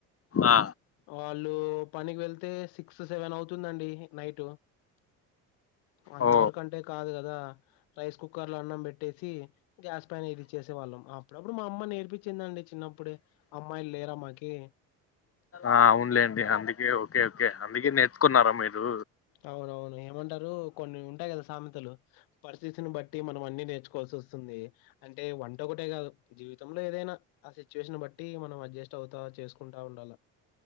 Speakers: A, on the left; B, on the left.
A: ఆ
B: వాళ్ళు పనికి వెళ్తే సిక్స్ టు సెవెన్ అవుతుందండి నైట్ అంత
A: ఓ
B: వరకంటే కాదు కదా రైస్ కుక్కర్ లో అన్నం పెట్టేసి గ్యాస్ పైనా ఇది చేసేవాళ్ళం అప్పుడప్పుడు మా అమ్మ నేర్పించిందండి చిన్నప్పుడు అమ్మాయిలు లేరా అమ్మ కి
A: ఆ అవునులేండి అందుకే ఓకే ఓకే అందుకే నేర్చుకున్నారా మీరు
B: అవునవును ఏమంటారు కొన్ని ఉంటాయి కదా సామెతలు పరిస్థితిని బట్టి మనం అన్ని నేర్చుకోవాల్సి వస్తుంది అంటే వంట ఒకటే కాదు జీవితంలో ఏదైనా ఆ సిచ్యువేషన్ బట్టి మనం అడ్జస్ట్ అవుతా చేసుకుంటా ఉండాలా